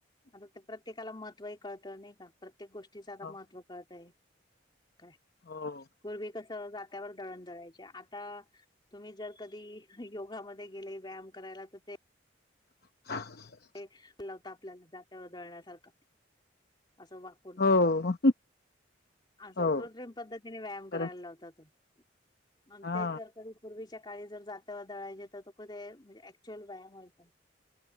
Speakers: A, on the left (about 25°); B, on the left (about 50°).
A: आता ते प्रत्येकाला महत्व कळतं नाही का प्रत्येक गोष्टीचं आता
B: हो
A: महत्त्व कळतय हे काय
B: हो
A: पूर्वी कस जात्यावर दळण दळायचे आता तुम्ही जर कधी योगामध्ये गेले व्यायाम करायला तर ते
B: ह <inaudible>
A: ते <unintelligible> आपल्याला जात्यावर दळण्यासारखा असं वाग
B: हो
A: असं
B: हो
A: कृत्रिम पद्धतीने व्यायाम करायला
B: खरंच
A: लावता तो. आणि
B: हा
A: तेच जर कधी पूर्वीच्या काळी जर जात दळायचे तर ते म्हणजे ऍक्च्युअल व्यायाम होयचा.